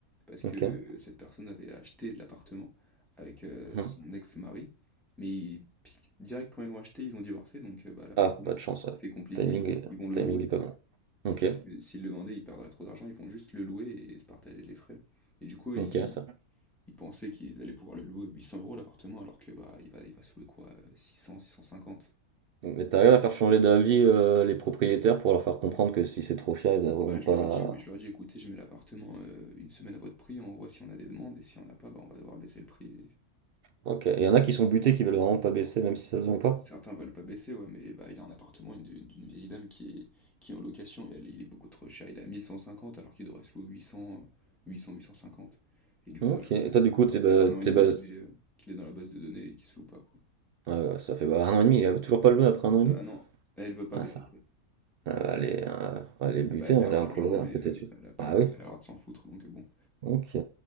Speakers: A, in the centre; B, on the right.
A: Parce
B: Ok.
A: que euh, cette personne avait acheté de l'appartement avec euh,
B: Mhm.
A: son ex-mari. Mais ils- pi- direct quand ils l'ont acheté, ils ont divorcé. Donc, euh, bah, l'appartement,
B: Ah, pas de chance, ouais.
A: c'est compliqué.
B: Timing,
A: Ils vont,
B: est-
A: ils vont le
B: timing
A: louer.
B: est pas bon. Ok,
A: Oui, Parce que s'ils le vendaient, ils perdraient trop d'argent, ils vont juste le louer et se partager les frais. Et du coup, ils,
B: ok, ça.
A: ils pensaient qu'ils allaient pouvoir le louer 800 euros l'appartement, alors que bah il va, il va se louer quoi, euh, 600, 650.
B: Mais t'arrives à faire changer d'avis euh, les propriétaires pour leur faire comprendre que si c'est trop cher, ils n'auront
A: Bah je
B: pas.
A: leur dis, oui, je leur dis, écoutez, je mets l'appartement euh, une semaine à votre prix, on voit si on a des demandes, et si on n'a pas, bah on va devoir baisser le prix,
B: Ok. Il y en a qui sont butés, qui veulent vraiment pas baisser, même si ça se vend pas.
A: Certains veulent pas baisser, ouais, mais bah, il y a un appartement une- d'une vieille dame qui est, qui est en location et elle, il est beaucoup trop cher. Il est à 1150 alors qu'il devrait se louer 800, euh, 800, 850. Et du
B: Ok.
A: coup, bah, l'appartement,
B: Et toi,
A: ça
B: du coup,
A: fait, un-
B: t'es
A: ça
B: ba-
A: fait un an et
B: t'es
A: demi
B: bas...
A: qu'il est, euh, qu'il est dans la base de données et qu'il se loue pas, quoi.
B: Ah ouais, ça fait, bah, 1 an et demi, il avait toujours pas le doigt après un an et
A: Ah
B: demi?
A: non, elle veut pas
B: Ah
A: baisser
B: ça
A: le prix.
B: elle va aller, heu, elle va les buter,
A: Bah, elle
B: hein,
A: perd
B: là,
A: de l'argent,
B: un peu
A: mais
B: un peu
A: euh,
B: têtue.
A: elle a pas
B: Ah
A: l'air de,
B: oui?
A: elle a l'air de s'en foutre, donc euh, bon.
B: OK.